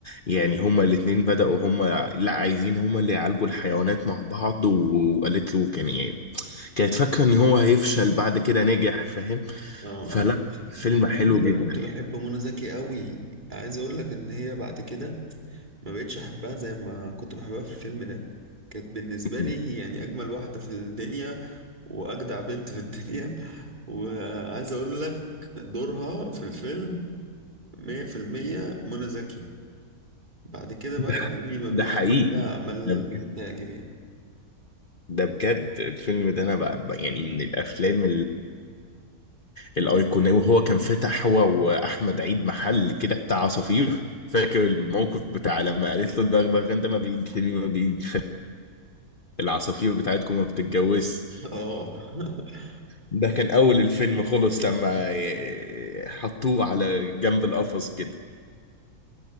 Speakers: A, on the left; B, on the right.
A: يعني هما الاتنين بدأوا هما لا عايزين هما اللي يعالجوا الحيوانات مع بعض و- وقالت له كان يعني كانت فاكرة إن هو هيفشل بعد كده نجح فاهم
B: اه
A: فلا فيلم
B: في الفيلم
A: حلو
B: ده
A: جدا
B: كنت
A: يعني
B: بحب منى زكي قوي عايز اقول لك ان هي بعد كده ما بقتش احبها زي ما كنت بحبها في الفيلم ده كانت بالنسبة
A: <laughs>
B: لي يعني اجمل واحدة في الدنيا واجدع بنت في الدنيا <laughs> وعايز اقول لك دورها في الفيلم 100% منى زكي بعد كده
A: ده
B: بقى
A: ح-
B: يعني ما
A: ده
B: بقتش
A: حقيقي
B: لها اعمال
A: ده بجد
B: تعجب يعني
A: ده بجد الفيلم ده أنا بقى بقى- يعني من الأفلام الايقونية وهو كان فتح هو واحمد عيد محل كده بتاع عصافير فاكر الموقف بتاع لما قالت له البغبغان ده ما بيجيش ليه، ما بيجيش خلي- العصافير بتاعتكم ما بتتجوز
B: اه <laughs>
A: ده كان اول الفيلم خلص لما ي- حطوه على جنب القفص كده